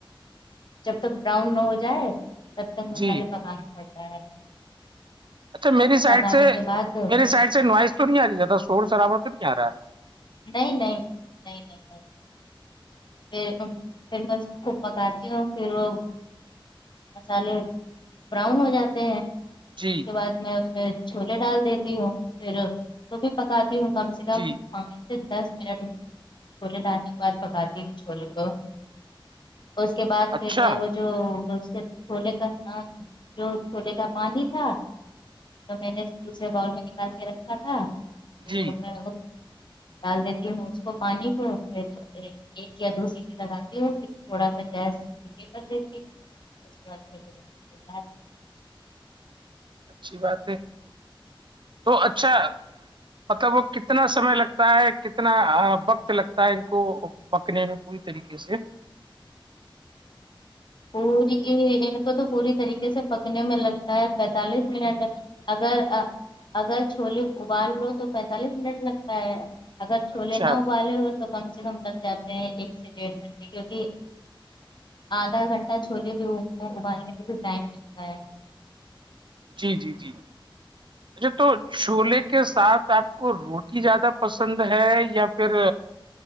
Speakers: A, on the left; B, on the right.
A: جب تک براؤن نہ ہو جائے تب تک مسالے
B: جی
A: پکانا پڑتا ہے
B: اچھا میری سائڈ
A: پکانے
B: سے
A: کے بعد پھر
B: میری سائڈ سے نوائز تو نہیں آ رہی زیادہ شور شرابا تو نہیں آ رہا ہے
A: نہیں نہیں نہیں نہیں نہیں پھر پھر میں اس کو پکاتی ہوں پھر وہ مسالے براؤن ہو جاتے ہیں اس
B: جی
A: کے بعد میں اس میں چھولے ڈال دیتی ہوں پھر اس کو بھی پکاتی ہوں کم سے کم
B: جی
A: پانچ سے دس منٹ چھولے ڈالنے کے بعد پکاتی ہوں چھوولے کو اس کے بعد پھر
B: اچھا
A: میں وہ جو اس چھولے کا جو چھولے کا پانی تھا تو میں نے دوسرے باول میں نکال کے رکھا تھا
B: جی
A: میں ڈال دیتی ہوں اس کو پانی پہ پھر ایک یا دو سیٹی لگاتی ہو پھر تھوڑا سا گیس لے کر دیتیوں اس کے بعد
B: اچھی بات ہے تو اچھا مطلب وہ کتنا سمے لگتا ہے کتنا وقت لگتا ہے ان کو پکنے میں پوری طریقے کسے
A: پوری ان کو تو پوری طریقے سے پکنے میں لگتا ہے پینتالیس منٹ اگر اگر چھولے ابال لو تو پینتالیس منٹ لگتا ہے اگر چھولے
B: اچھا
A: نہ ابالے ہو تو کم سے کم لگ جاتے ہیں ایک سے ڈیڑھ گھنٹے کیوںکہ آدھا گھنٹہ چھولے بھی ان کو ابالنے میں بھی ٹائم لگتا ہے
B: جی جی جی
A: <inaudible>
B: اچھا تو چھولے کے ساتھ آپ کو روٹی زیادہ پسند ہے یا پھر